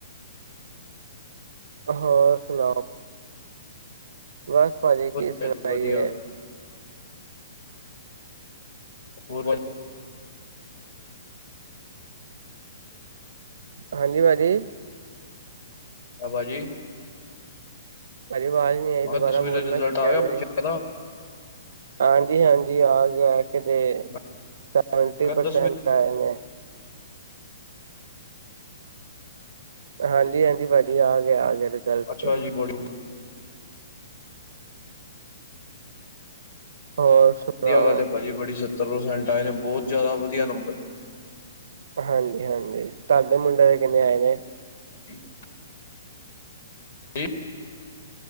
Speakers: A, on the right; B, on the left.
A: ਹੋਰ ਸੁਣਾਓ ਬਸ ਭਾਜੀ ਕੀ
B: ਵਧੀਆ
A: ਸੁਣਾਈਏ
B: ਜੀ ਵਧੀਆ ਹੋਰ ਭਾਜੀ
A: ਹਾਂਜੀ ਭਾਜੀ
B: ਹਾਂ ਭਾਜੀ
A: ਭਾਜੀ ਆਵਾਜ਼ ਨੀ
B: ਮੈਂ
A: ਆਈ ਦੁਬਾਰਾ
B: ਕਿਹਾ ਦਸਵੀਂ
A: ਬੋਲਣਾ
B: ਦਾ ਰਿਜ਼ਲਟ
A: ਕੀ ਕਹਿ
B: ਆ ਗਿਆ
A: ਰਹੇ
B: ਬੱਚਿਆਂ ਦਾ
A: ਹਾਂਜੀ ਹਾਂਜੀ ਆ ਗਿਆ ਕਿਤੇ
B: ਮੈਂ
A: ਸੈਂਵਟੀ
B: ਕਿਹਾ
A: ਪਰਸੈਂਟ
B: ਦਸਵੀਂ
A: ਆਏ ਨੇ ਹਾਂਜੀ ਹਾਂਜੀ ਭਾਜੀ ਆ ਗਿਆ ਆ ਗਿਆ ਰਿਜ਼ਲਟ
B: ਅੱਛਾ
A: ਤੇ
B: ਜੀ ਬੋਡੀ
A: ਹੋਰ ਸੁਣਾਓ
B: ਵਧੀਆ ਗੱਲ ਏ ਭਾਜੀ ਬੜੀ ਸ ਸੱਤਰ ਪ੍ਰਸੈਂਟ ਆਏ ਨੇ ਬਹੁਤ ਜ਼ਿਆਦਾ ਵਧੀਆ ਨੰਬਰ
A: ਹਾਂਜੀ ਹਾਂਜੀ ਤੁਹਾਡੇ ਮੁੰਡੇ ਦੇ ਕਿੰਨੇ ਆਏ ਨੇ
B: <unintelligible> ਕੀ